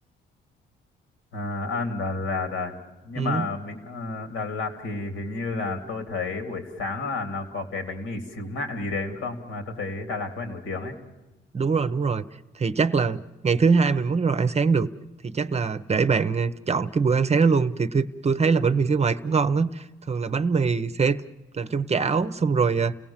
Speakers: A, on the left; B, on the right.
A: à, à, Đà Lạt à. nhưng
B: Ừ.
A: mà bình- ờ, Đà Lạt thì hình như là tôi thấy buổi sáng là nó có cái bánh mì xíu mại gì đấy đúng không mà tôi thấy Đà Lạt có vẻ nổi tiếng ấy
B: đúng rồi đúng rồi thì chắc là ngày thứ hai mình mới bắt đầu ăn sáng được thì chắc là để bạn ờ, chọn cái bữa ăn sáng đó luôn thì tôi, tôi thấy là bánh mì xíu mại cũng ngon á thường là bánh mì sẽ làm trong chảo xong rồi ờ,